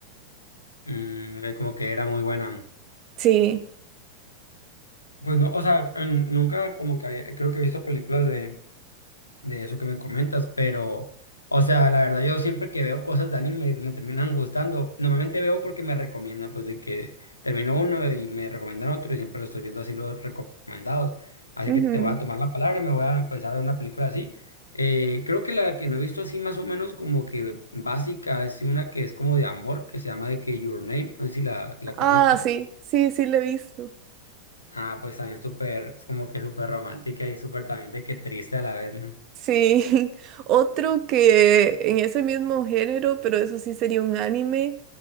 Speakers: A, on the left; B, on the right.
A: Mm, ok, como que era muy buena.
B: Sí.
A: Pues no, o sea, en- nunca como que había- creo que he visto películas de, de eso que me comentas, pero, o sea, la verdad yo siempre que veo cosas de anime me terminan gustando. Normalmente veo porque me recomiendan, pues de que termino uno y me recomiendan otro y siempre lo estoy viendo así los recomendados. Así
B: ujú.
A: que te voy a tomar la palabra y me voy a empezar a ver una película así. Eh, creo que la que no he visto así más o menos como que básica es una que es como de amor, que se llama de que Your Name, no sé si la, la
B: Ah,
A: conozcas.
B: sí, sí, sí, lo he visto.
A: Ah, pues también súper, es como que súper romántica y súper también de que triste a la vez, ¿no?
B: Sí, <laughs> otro que en ese mismo género, pero eso sí sería un anime.